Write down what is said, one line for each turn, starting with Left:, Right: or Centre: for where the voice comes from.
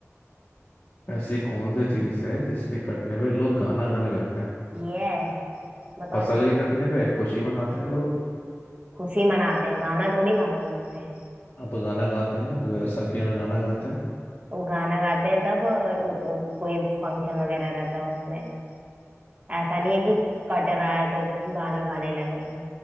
Left: ऐसी कौन सी चीज है जिसके कटने पे लोग गाना गाने लगते हैं
Right: यस बताओ
Left: फसल के कटने पे खुशी मनाते हैं लोग
Right: खुशी मनाते हैं गाना थोड़ी गाने लगते हैं
Left: हाँ तो गाना गाते हैं ना तो वैसाखी में गाना गाते हैं
Right: वो गाना गाते हैं तब अ, वो- वो कोई फंक्शन वगैरह रहता है उसमें ऐसा नहीं है कि कट रहा है तो गाना गाने लगे